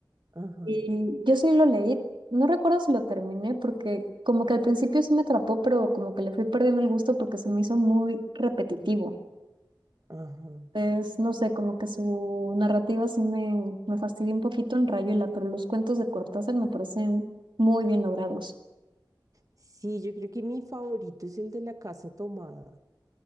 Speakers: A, on the right; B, on the right.
A: Ajá,
B: Y yo sí lo leí, no recuerdo si lo terminé, porque como que al principio sí me atrapó, pero como que le fui perdiendo el gusto porque se me hizo muy repetitivo.
A: ajá.
B: Entonces, no sé, como que su narrativa sí me, me fastidió un poquito en Rayuela, pero los cuentos de Cortázar me parecen muy bien logrados.
A: Sí, yo creo que mi favorito es el de la casa tomada.